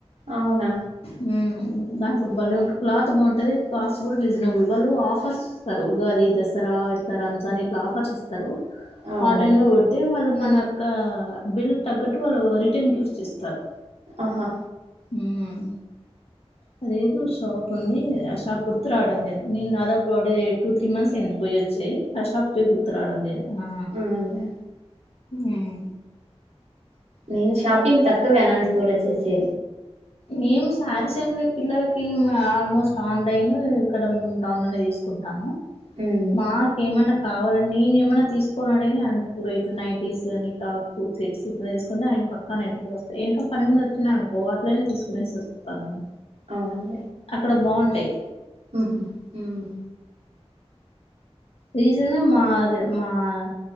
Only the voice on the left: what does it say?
హుమ్ దాంట్లో
బల్లే ఉంటు క్లాత్ బాగుంటు వాళ్ల కాస్ట్ కూడ రీజనబుల్ వాళ్ళు ఆఫర్స్ ఇస్తరు ఉగాది, దసరా, ఇట్ల రంజాన్ ఇట్ల ఆఫర్స్ ఇస్తరు
ఆ టైం లో పెడితే వాళ్ళు మన క బిల్ తగ్గట్టు వాళ్ళు రిటర్న్ గిఫ్ట్స్ ఇస్తరు
ఊమ్మ్ అదే దోష్ షాప్ ఉంది ఆ షాప్ గుర్తు రావడం లేదు నేను దాదాపు అవిడ టూ త్రీ మంత్స్ అయింది పోయి అచ్చి ఆ షాప్ పేరు గుర్తు రావడం లేదు ఆ
ఉమ్
నేను సారీస్ ఏం లేదు పిల్లలకి ఆల్మోస్ట్ ఆన్లైన్ ఇక్కడ మేం టౌన్ లో తీసుకుంటాము
మాకు ఏమన్న కావాలని నేను ఏమైన్న తీసుకోవాలనేది అంట ఇట్ల నైటీస్ అని టాప్స్, సెట్స్ ఇట్ల తీసుకుంటె ఆయన <inaudible> పక్కా నైటీలు కూడ వస్తయి ఏంటన్న పనిమిద వచ్చినానుకో అట్లనే తీసుకునేసి వస్తాను నేను
అక్కడ బాగుంటాయి
రీజన్ మార్ మార్